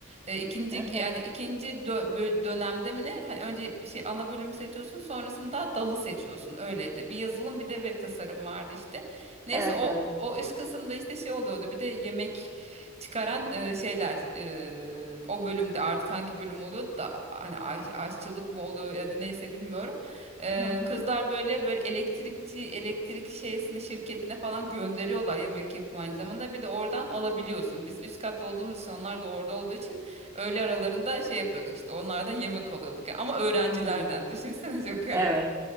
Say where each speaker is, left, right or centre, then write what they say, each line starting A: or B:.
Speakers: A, on the right; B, on the right.
A: E, ikinci
B: <laughs> Hı hı.
A: yani ikinci dö- bö- dönemde mi ne? Hani önce bir şey ana bölümü seçiyorsun sonrasında dalı seçiyorsun öyleydi. Bir yazılım bir de web tasarım vardı işte. Neyse
B: Evet
A: o
B: evet.
A: o üst kısımda işte şey oluyordu bir de yemek çıkaran e, şeyler e, o bölümde artık hangi bölüm oluyor da hani aş- aşçılık mı oluyor ya da neyse bilmiyorum. E,
B: Hı hı.
A: kızlar böyle böyle elektrikçi elektrik şeysini şirketine falan gönderiyorlar yemek yapımı aynı zamanda bir de oradan alabiliyorsun. Biz üst kat olduğumuz için onlar da orada olduğu için öğle aralarında şey yapıyorduk işte onlardan yemek alıyorduk Ama öğrencilerden
B: Hmm.
A: <laughs> düşünsene çok garip.
B: Evet.